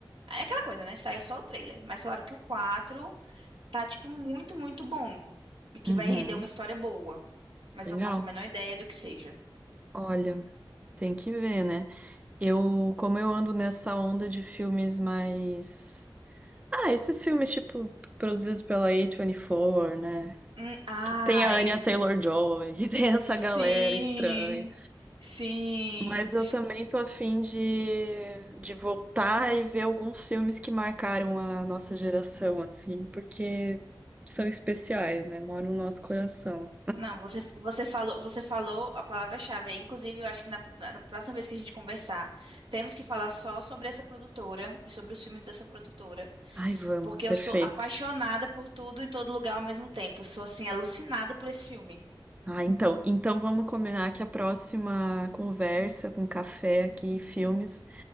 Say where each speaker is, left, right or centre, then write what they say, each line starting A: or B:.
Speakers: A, on the right; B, on the right.
A: É aquela coisa, né? Saiu só o trailer. Mas falaram que o 4 tá, tipo, muito, muito bom. E que
B: Uhum,
A: vai render uma história boa. Mas
B: legal.
A: não faço a menor ideia do que seja.
B: Olha, tem que ver, né? Eu, como eu ando nessa onda de filmes mais. Ah, esses filmes, tipo, produzidos pela A24, né?
A: Hum, ah,
B: Que tem a Anya
A: isso.
B: Taylor-Joy, <laughs> que tem essa
A: <laughs> Sim.
B: galera estranha.
A: Sim.
B: Mas eu também tô afim de, de voltar e ver alguns filmes que marcaram a nossa geração, assim, porque são especiais, né? Moram no nosso coração.
A: Não, você, você falou, você falou a palavra-chave. aí. Inclusive, eu acho que na, na- na próxima vez que a gente conversar, temos que falar só sobre essa produtora e sobre os filmes dessa produtora,
B: Ai, vamos,
A: porque
B: perfeito.
A: eu sou apaixonada por tudo em todo lugar ao mesmo tempo. Eu sou assim alucinada por esse filme.
B: Ah, então, então vamos combinar que a próxima conversa com café aqui, e filmes,